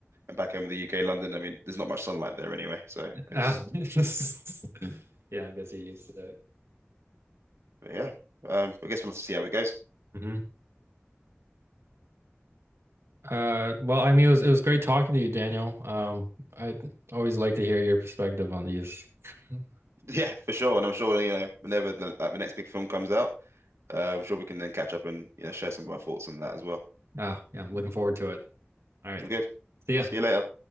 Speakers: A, on the right; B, on the right.
A: I'm back home in the UK, London, I mean, there's not much sunlight there anyway. So it's
B: Uh, <laughs> yeah, I guess you're used to it.
A: but yeah. Um I guess we'll have to see how it goes. <laughs>
B: mhm. Uh, well, I mean, it was it was great talking to you, Daniel. Um, I always like to hear your perspective on these. <laughs>
A: Yeah, for sure. And I'm sure, you know, whenever the like the next big film comes out, uh, I'm sure we can then catch up and, you know, share some of our thoughts on that as well.
B: Oh, yeah, I'm looking forward to it. All right.
A: I'm good.
B: See ya.
A: See you later.